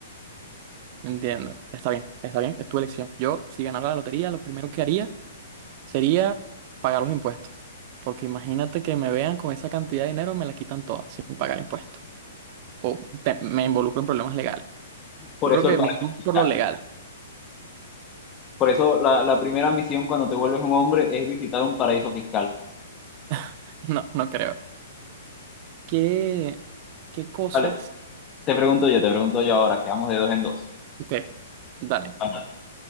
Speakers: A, on the right; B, on the left.
A: Entiendo. Está bien, está bien. Es tu elección. Yo, si ganara la lotería, lo primero que haría sería pagar los impuestos. Porque imagínate que me vean con esa cantidad de dinero, me la quitan toda sin pagar impuestos. O te- me involucro en problemas legales.
B: Por
A: Yo creo
B: eso
A: que
B: el paraíso
A: me iría
B: fiscal.
A: por lo legal.
B: Por eso la, la primera misión cuando te vuelves un hombre es visitar un paraíso fiscal.
A: <laughs> No, no creo. ¿Qué, qué cosas?
B: Vale, Te pregunto yo, te pregunto yo ahora, quedamos de dos en dos.
A: Ok, dale.
B: Ajá.